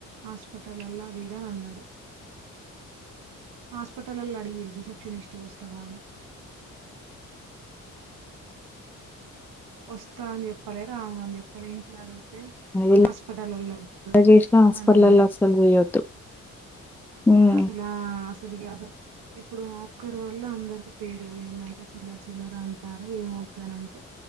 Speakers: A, on the right; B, in the centre.
A: హాస్పిటల్ లల్లా అది ఇది అని అన్నాడు హాస్పిటల్లోల్లు అడిగిర్రు రిసెప్షనిస్ట్గా వస్తావా అని, వస్తా అని చెప్పలే రాను అని చెప్పలే ఇంట్లో అడుగు అతే
B: ఎలా
A: హాస్పిటలోల్లు వద్దు
B: చేసినా హాస్పిటలల్ల
A: అని ఉన్నారు
B: అస్సలు పోయొద్దు హ్మ్
A: అసలా అసలుకి అస ఇప్పుడు ఒక్కరు వల్ల అందరికి పేరు పోయిందంట చిల్లరి చిల్లర అంటారు ఏం వద్దు అని అంటే